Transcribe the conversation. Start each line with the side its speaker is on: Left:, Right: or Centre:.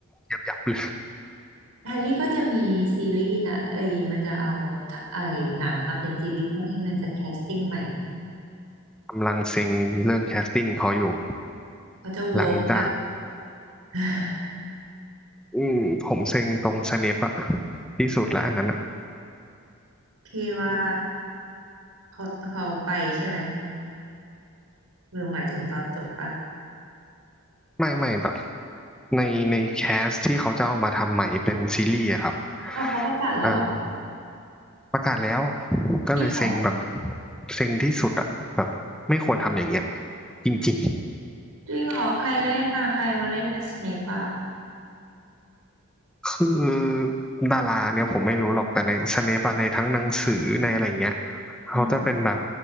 Centre: ยับยับเลย
Right: แฮร์รี่ก็จะมีซีรีส์นะเอ้ยมันจะเอาไอ้หนังมาเป็นซีรีส์ที่มันจะแคสติ้งใหม่
Centre: กำลังเซ็งเรื่องแคสติ้งเขาอยู่
Right: เขาจะโวปะ
Centre: หลังจาก
Right: <laughs> <sighs>
Centre: อืมผมเซ็งตรงสเนปอะที่สุดแล้วอันนั้นอะ
Right: พี่ว่าเขาเขาไปใช่ไหมหรือหมายถึงตอนจบปะ
Centre: ไม่ไม่แบบในในแคสที่เขาจะเอามาทำใหม่เป็นซีรีส์อะครับ
Right: อ๋อเขาประกาศแล้วเหรอ
Centre: อ่าประกาศแล้วก็เลยเซ็งแบบ
Right: จริงเหรอ
Centre: เซ็งที่สุดอะแบบไม่ควรทำอย่างเงี้ยจริง
Right: จริงเหรอใครเล่นน่ะใครมาเล่นเป็นสเนปอ่ะ
Centre: คือดาราเนี่ยผมไม่รู้หรอกแต่ในสเนปอะในทั้งหนังสือในอะไรเงี้ยเขาจะเป็นแบบ
Right: อืม